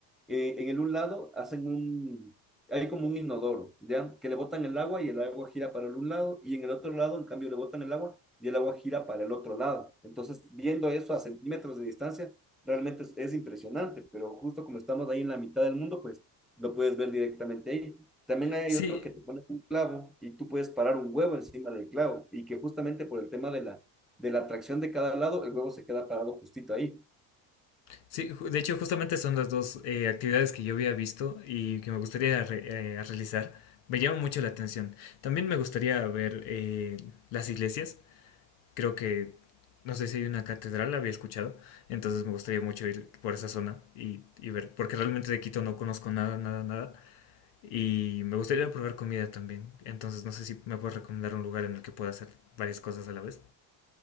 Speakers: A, in the centre; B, on the left (about 70°).
A: eh, en el un lado hacen un, hay como un inodoro, ¿ya? Que le botan el agua y el agua gira para el un lado, y en el otro lado, en cambio, le botan el agua y el agua gira para el otro lado. Entonces, viendo eso a centímetros de distancia, realmente es, es, impresionante, pero justo como estamos ahí en la mitad del mundo, pues lo puedes ver directamente ahí. También hay
B: Sí,
A: otro que te pone un clavo y tú puedes parar un huevo encima del clavo y que justamente por el tema de la, de la atracción de cada lado, el huevo se queda parado justito ahí.
B: Sí, ju- de hecho justamente son las dos eh, actividades que yo había visto y que me gustaría re- eh, realizar. Me llama mucho la atención. También me gustaría ver eh, las iglesias. Creo que, no sé si hay una catedral, la había escuchado. Entonces me gustaría mucho ir por esa zona y, y ver, porque realmente de Quito no conozco nada, nada, nada. Y me gustaría probar comida también. Entonces no sé si me puedes recomendar un lugar en el que pueda hacer varias cosas a la vez.